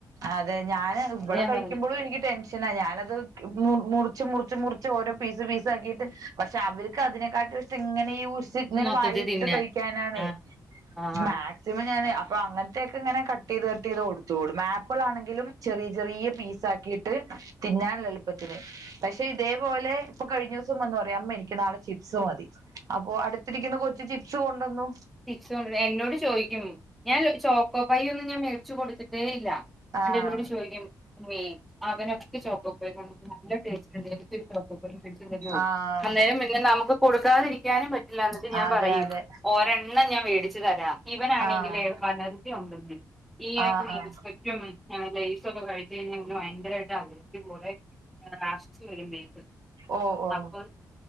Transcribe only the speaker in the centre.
ഞാൻ
പറഞ്ഞു
മൊത്തത്തി
തിന്നാൻ
ആ ആ
ചിപ്പ്സ് കൊണ്ട് എന്നോട് ചോദിക്കും ഞാൻ ചോക്കോപ്പയ ഒന്നും ഞാൻ മേടിച്ചു കൊടുത്തിട്ടേ ഇല്ല
അല്ലേ എന്നോട് ചോദിക്കും അമ്മേ അവന് ഒക്കെ ചോക്കോ പെർ കൊണ്ട് നല്ല ടേസ്റ്റ്ണ്ട് ഇണ്ട് എനിക്ക് ഒരു ചോക്കോ ചോക്കോമേടിച്ചോണ്ട് വരുവോ
അന്നേരം പിന്നെ നമുക്ക് കൊടുക്കാത ഇരിക്കാനും പറ്റില്ല എന്നിട്ട് ഞാൻ
പറയും
ഒരെണ്ണം ഞാൻ വേടിച്ചു തരാം ഇവന ആണെങ്കില്
അലർജി ഒണ്ടേന്നേ ഈ
ഇടയ്ക്ക്
ഇൻസ്പെക്ടറ്റ വിളിച്ചു പറഞ്ഞു ലേസൊക്കെ കഴി- പിന്നെ ഇവന് ഭയങ്കരായിട്ട് അലർജി പോലെ ആസ്തി വെരും മേത്ത്
അപ്പൊ